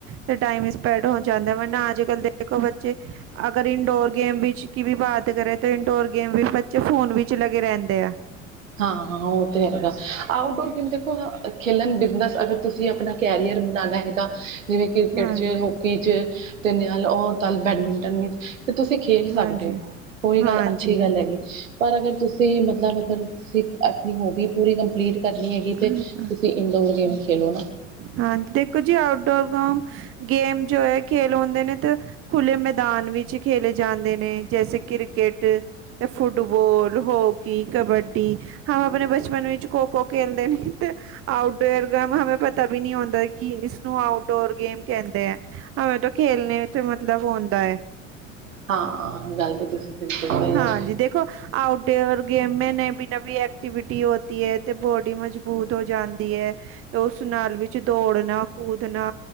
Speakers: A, on the right; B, on the right.
A: ਤੇ ਟਾਈਮ ਸਪੈਡ ਹੋ ਜਾਂਦਾ। ਵਰਨਾ ਅੱਜ ਕੱਲ ਦੇ ਦੇਖੋ ਬੱਚੇ। ਅਗਰ ਇੰਡੋਰ ਗੇਮ ਵਿਸ਼ ਕੀ ਵੀ ਬਾਤ ਕਰੇ ਤੇ ਇੰਡੋਰ ਗੇਮ ਵੀ ਬੱਚੇ ਫੋਨ ਵਿੱਚ ਹੀ ਲੱਗੇ ਰਹਿੰਦੇ ਹੈ।
B: ਹਾਂ-ਹਾਂ ਉਹ ਤੇ ਹੈਗਾ। ਆਊਟਡੋਰ ਗੇਮ ਦੇਖੋ ਆਹ ਖੇਲਨ ਬਿਜਨਸ ਅਗਰ ਤੁਸੀ ਆਪਨਾ ਕੈਰੀਅਰ ਬਣਾਉਣਾ ਹੈ। ਤਾਂ, ਜਿਵੇਂ ਕ੍ਰਿਕਟ
A: ਹਾਂਜੀ
B: ਚ, ਹੋਕੀ ਚ, ਤੇ ਨਿਆਲੇ ਔਰ <unintelligible> ਬੈਡਮਿੰਟਨ ਵੀ। ਕਿ ਤੁਸੀ ਖੇਲ
A: ਹਾਂਜੀ
B: ਸਕਦੇ ਹੋ ਓਹ ਵੀ ਗੱਲ
A: ਹਾਂਜੀ
B: ਅੱਛੀ ਗੱਲ
A: ਹਾਂਜੀ
B: ਹੈਗੀ। ਪਰ ਅਗਰ ਤੁਸੀਂ ਮਤਲਬ ਅਗਰ ਸਿਰਫ ਆਪਨੀ ਹੋਬੀ ਪੂਰੀ ਕੰਪਲੀਟ ਕਰਨੀ ਹੈਗੀ, ਤੇ
A: ਹਾਂ- ਹਾਂ-
B: ਤੁਸੀ ਇਨਡੋਰ ਗੇਮ ਖੇਲੋ ਨਾ।
A: ਹਾਂਜੀ, ਦੇਖੋ ਜੀ ਆਊਟਡੋਰ ਗਮ। ਗੇਮ ਜੋ ਹੈ, ਖੇਲ ਹੁੰਦੇ ਨੇ ਤੇ ਖੁੱਲੇ ਮੈਦਾਨ ਵਿੱਚ ਹੀ ਖੇਲੇ ਜਾਂਦੇ ਨੇ। ਜੈਸੇ ਕ੍ਰਿਕੇਟ ਤੇ ਫੁੱਟਬੋਲ, ਹੋਕੀ, ਕਬੱਡੀ, ਹਾਂ ਹਾਂ ਆਪਨੇ ਬਚਪਨ ਵਿੱਚ ਖੋ-ਖੋ ਕਹਿੰਦੇ, ਨਹੀਂ ਤੇ ਆਊਟਡੋਰ ਗੇਮ, ਹਮੇ ਪਤਾ ਵੀ ਨਹੀਂ ਹੁੰਦਾ ਏ ਕਿ ਇਸਨੂੰ ਆਊਟਡੋਰ ਗੇਮ ਕਹਿੰਦੇ ਹੈ। ਹੂ ਤੋਂ ਖੇਲਣੇ ਸੇ ਮਤਲਬ ਹੁੰਦਾ ਹੈ।
B: ਹਾਂ ਗੱਲ ਤੇ ਤੁਸੀਂ ਬਿਲਕੁਲ ਸਹੀ ਕਹੀ
A: ਹਾਂਜੀ
B: ਆ
A: ਦੇਖੋ ਆਓ ਆਊਟਡੋਰ ਗੇਮ ਮੈਂ ਨਵੀਂ ਨਵੀਂ ਐਕਟੀਵਿਟੀ ਹੋਤੀ ਹੈ। ਤੇ ਬੋਡੀ ਮਜ਼ਬੂਤ ਹੋ ਜਾਂਦੀ ਹੈ ਤੇ ਉਸ ਨਾਲ ਵਿੱਚ ਦੌੜਨਾ ਕੂਦਨਾ